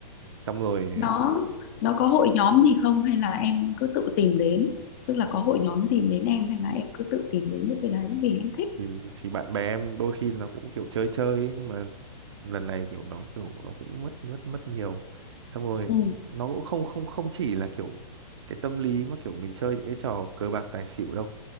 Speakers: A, on the right; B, on the left.
A: xong rồi
B: nó nó có hội nhóm gì không hay là em cứ tự tìm đến tức là có hội nhóm tìm đến em hay là em cứ tự tìm đến những cái đấy vì em thích
A: thì thì bạn bè em đôi khi nó cũng kiểu chơi chơi ấy, nhưng mà lần này kiểu nó kiểu nó cũng mất mất mất nhiều xong rồi
B: ừ
A: nó cũng không không không chỉ là kiểu cái tâm lý mà kiểu mình chơi những cái trò cờ bạc tài xỉu đâu